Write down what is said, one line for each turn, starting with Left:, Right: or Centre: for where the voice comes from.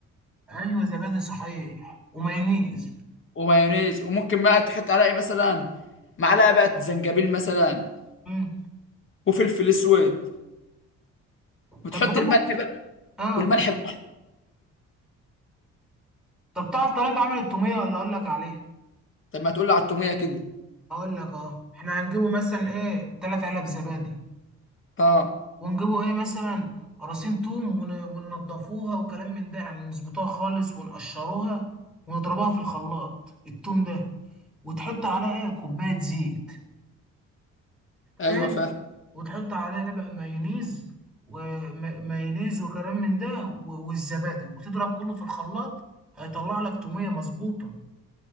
Centre: ايوه زبادي صحيح ومايونيز
Left: ومايونيز وممكن بقى تحط عليها ايه مثلا معلقه بقى زنجبيل مثلا
Centre: امم
Left: وفلفل اسود وتحط
Centre: طب بقول
Left: الملح
Centre: لك
Left: بقى
Centre: اه
Left: والملح بقى.
Centre: طب تعرف طريقة عمل التومية ولا اقول لك عليها؟
Left: طب ما تقول لي على التوميه كده
Centre: اقول لك اه احنا هنجيبه مثلا ايه ثلاث علب زبادي
Left: اه
Centre: ونجيبوا ايه مثلا قراصين توم ون- وننضفوها وكلام من ده يعني نظبطوها خالص ونقشروها ونضربها في الخلاط التوم ده وتحط عليها ايه كوباية زيت
Left: ايوه
Centre: فاهم
Left: فاهم
Centre: وتحط عليها ايه بقى مايونيز ومايونيز وكلام من ده و- والزبادي وتضرب كله في الخلاط هيطلع لك تومية مظبوطة